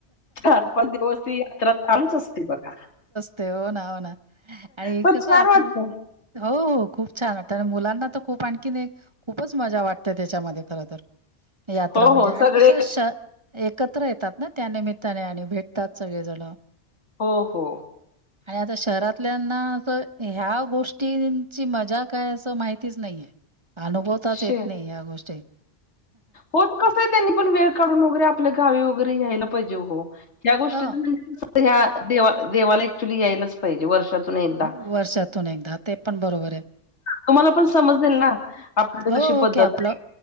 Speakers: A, on the left (about 70°); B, on the right (about 25°).
A: चार, पाच दिवस ती यात्रा चालूच असते बघा.
B: ते हो ना हो ना आणि
A: पण
B: कसं
A: छान
B: आपलं
A: वाटत
B: हो हो खूप छान वाटतं आणि मुलांना तर खूप आणखीन एक खूपच मजा वाटते त्याच्यामध्ये खर तर यात्रा
A: हो
B: म्हणजे
A: हो
B: आणि
A: सगळे
B: कसं श एकत्र येतात ना त्यानिमित्ताने आणि भेटतात सगळेजण
A: हो हो.
B: आता शहरातल्यांना असं ह्या गोष्टींची मजा काय असं माहितीच नाहीये. अनुभवताच
A: श
B: येत नाही या गोष्टी
A: होत कसं आहे त्यांनी पण वेळ काढून वगैरे आपल्या गावी वगैरे यायला पाहिजे हो. ह्या गोष्टी
B: ह
A: म्हणजे देवाला ॲक्च्युली यायलाच पाहिजे वर्षात एकदा
B: वर्षातून एकदा ते पण बरोबर आहे
A: तुम्हाला पण समजेल ना आपल्या
B: हो
A: कशी पद्धत
B: ओके आपलं
A: आहे.